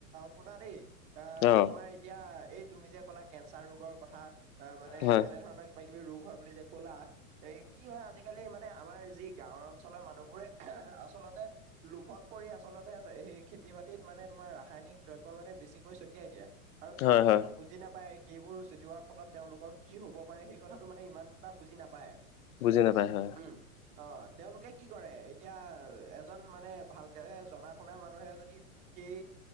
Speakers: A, on the right; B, on the left.
A: শুনা দেই এ
B: অ'
A: তোমাৰ এতিয়া এই তুমি যে ক'লা কেঞ্চাৰ ৰোগৰ কথা অ মানে
B: হয়
A: তেনে ধৰণৰ কিবা কিবি ৰোগ হয় বুলি যে ক'লা এই কি হয় আজিকালি মানে আমাৰ যি গাঁওৰ অঞ্চলৰ মানুহবোৰে আচলতে লোভত পৰি আচলতে সেই খেতি বাতিত মানে তোমাৰ ৰাসায়নিক দ্ৰব্য মানে বেছিকৈ ছটিয়াই দিয়া আৰু
B: হয়
A: তেওঁলোকেতো-
B: হয়
A: বুজি নাপায় সেইবোৰ ছটিওৱাৰ ফলত তেওঁলোকৰ কি হ'ব পাৰে সেই কথাটো মানে ইমান এটা বুজি নাপায়।
B: বুজি নাপায় হয়।
A: উম। অঁ তেওঁলোকে কি কৰে এতিয়া এজন মানে ভালকে জনা শুনা মানুহে যদি- সেই